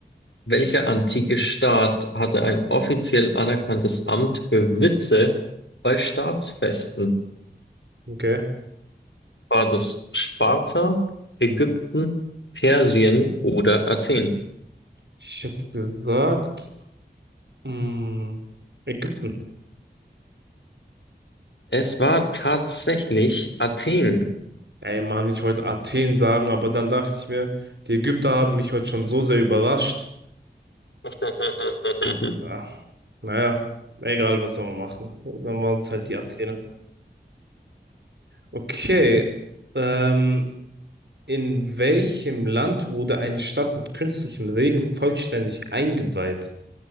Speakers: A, on the left (about 80°); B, on the right (about 70°).
A: Welcher antike Staat hatte ein offiziell anerkanntes Amt für Witze bei Staatsfesten?
B: Okay.
A: War das Sparta, Ägypten, Persien oder Athen?
B: Ich hätte gesagt, mh, Ägypten.
A: Es war tatsächlich Athen.
B: Ey Mann, ich wollte Athen sagen, aber dann dachte ich mir, die Ägypter haben mich heute schon so sehr überrascht.
A: <laughs>
B: Ah, naja, egal, was soll man machen. Dann waren es halt die Athener. Okay, ähm, in welchem Land wurde eine Stadt mit künstlichem Regen vollständig eingeweiht?